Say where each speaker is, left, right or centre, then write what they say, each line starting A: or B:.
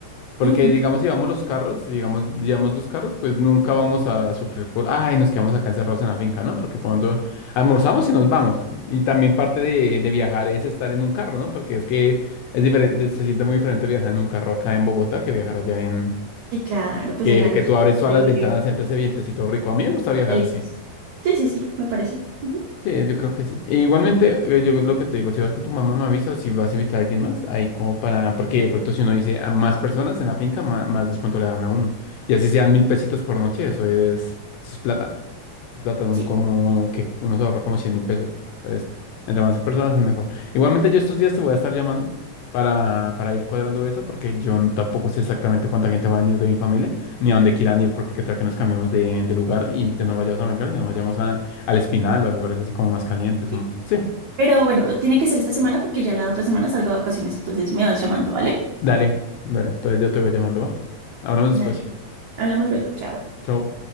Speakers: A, on the left (about 80°); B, on the right (about 85°).
A: Porque
B: Ujú.
A: digamos, si vamos los carros, si digamos, llevamos dos carros, pues nunca vamos a sufrir por, ay, nos quedamos acá encerrados en la finca, ¿no? Porque cuando almorzamos y nos vamos. Y también parte de, de viajar es estar en un carro, ¿no? Porque es que es diferente, se siente muy diferente viajar en un carro acá en Bogotá que viajar allá en,
B: Sí, claro, pues
A: que,
B: el, a-
A: que
B: el
A: tú abres todas
B: aire
A: las ventanas, sientes ese vientecito rico. A mí me gusta viajar
B: delicioso.
A: así.
B: Sí, sí, sí, me parece. Ujú.
A: Sí, yo creo que sí. E igualmente, eh, yo lo que te digo, si vas con tu mamá, me avisa o si vas a invitar a alguien más, ahí como para, porque de pronto si uno dice a más personas en la finca, ma- más, descuento le dan a uno. Y así sean mil pesitos por noche, eso es, eso es plata plátano
B: Sí,
A: como, ¿qué? Uno se ahorra como cien mil pesos. Entonces, entre más personas es mejor. Igualmente yo estos días te voy a estar llamando para, para ir cuadrando eso, porque yo n- tampoco sé exactamente cuánta gente va a venir de mi familia, ni a dónde quieran ir, porque qué tal que nos cambiamos de, de lugar y ya no vayamos a Melgar, sino vayamos a, al Espinal o a lugares así como más calientes.
B: sí.
A: o- Sí,
B: Pero bueno, tiene que ser esta semana porque ya la otra semana salgo de vacaciones, entonces me vas llamando, ¿vale?
A: dale, dale. Entonces yo te voy llamando, ¿va? Hablamos
B: Dale.
A: después.
B: Hablamos luego, chao.
A: Chao.